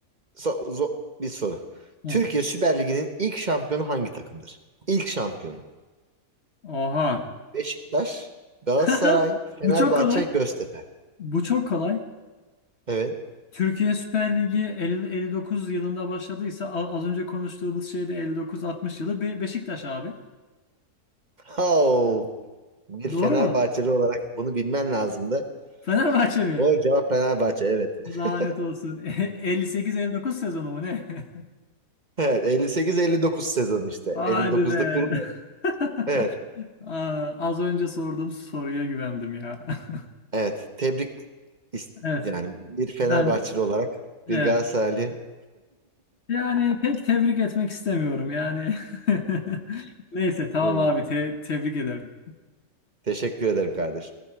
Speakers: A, on the right; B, on the left.
A: so- zo- bir soru.
B: hı.
A: Türkiye Süper Ligi'nin ilk şampiyonu hangi takımdır? İlk şampiyonu.
B: Oha.
A: Beşiktaş, Galatasaray,
B: <laughs>
A: Fenerbahçe,
B: Bu çok kolay.
A: Göztepe.
B: Bu çok kolay.
A: Evet.
B: Türkiye Süper Ligi 50 59 yılında başladıysa a- az önce konuştuğumuz şey de 59-60 yılı Be- Beşiktaş abi.
A: Oh, bir Fenerbahçeli
B: Doğru mu?
A: olarak bunu bilmen lazımdı.
B: Fenerbahçe mi?
A: Doğru cevap Fenerbahçe evet.
B: Lanet
A: <laughs>
B: olsun. <laughs> 58-59 sezonu mu ne? <laughs>
A: Evet 58-59 sezon işte.
B: Hadi
A: 59'da
B: be.
A: kuruluyor.
B: <laughs>
A: Evet.
B: Aa, az önce sorduğum soruya güvendim ya. <laughs>
A: Evet, tebrik is-
B: Evet.
A: yani bir Fenerbahçeli
B: Ben
A: olarak
B: evet.
A: bir Galatasaraylı.
B: Yani pek tebrik etmek istemiyorum. Yani <laughs> neyse tamam
A: Hı.
B: abi te- tebrik ederim.
A: Teşekkür ederim kardeşim.